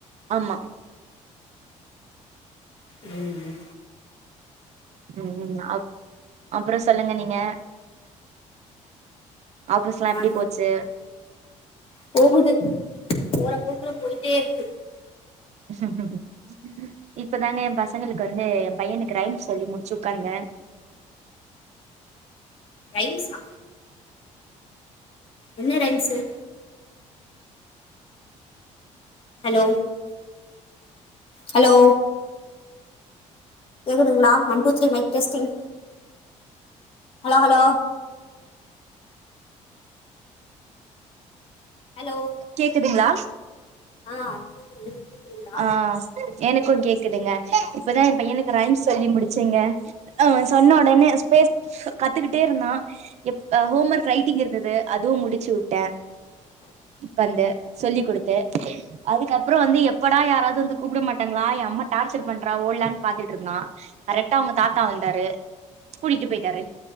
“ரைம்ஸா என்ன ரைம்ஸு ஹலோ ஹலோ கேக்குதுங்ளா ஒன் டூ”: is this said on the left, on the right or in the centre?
Left